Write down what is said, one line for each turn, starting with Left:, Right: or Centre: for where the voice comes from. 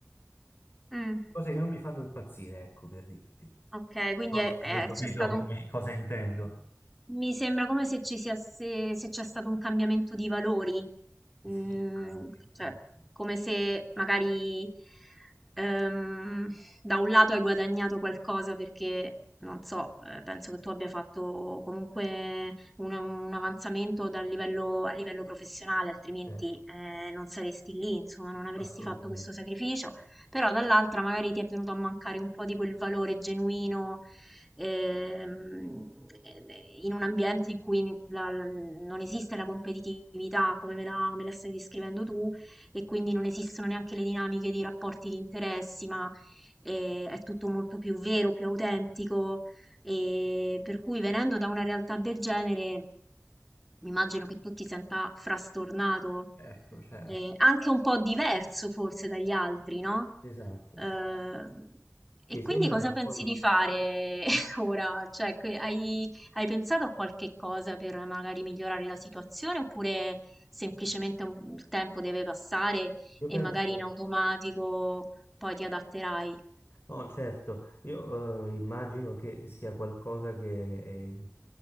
Centre: Mh,
Left: Cose che non mi fanno impazzire, ecco, per dirti.
Centre: okay, quindi
Left: Non
Centre: è
Left: so
Centre: è
Left: se hai Sì. capito
Centre: c'è stato
Left: come-
Centre: un
Left: cosa intendo.
Centre: Mi sembra come se ci sia, se, se c'è stato un cambiamento di valori,
Left: Sì,
Centre: Mm,
Left: anche,
Centre: cioè
Left: anche,
Centre: come se magari ehm, da un lato hai guadagnato qualcosa perché, non so, eh, penso che tu abbia fatto comunque un, un avanzamento dal livello, a livello professionale, altrimenti
Left: certo,
Centre: eh, non saresti lì, insomma, non avresti
Left: assolutamente.
Centre: fatto questo sacrificio, però dall'altra magari ti è venuto a mancare un po' di quel valore genuino ehm, eh, in un ambiente in cui la- non esiste la competitività come me la, come la stai descrivendo tu e quindi non esistono neanche le dinamiche di rapporti di interessi, ma eh, è tutto molto più vero, più autentico. E per cui venendo da una realtà del genere, immagino che tu ti senta frastornato,
Left: Certo, certo.
Centre: eh, anche un po' diverso forse dagli altri, no?
Left: Esatto,
Centre: Ehm,
Left: sì. Che
Centre: e
Left: sembrano
Centre: quindi cosa pensi
Left: poi...
Centre: di fare <laughs> ora? Cioè, que- hai, hai pensato a qualche cosa per magari migliorare la situazione oppure semplicemente un- il tempo deve passare
Left: Io
Centre: e
Left: penso...
Centre: magari in automatico poi ti adatterai?
Left: Oh, certo, io eh, immagino che sia qualcosa che eh,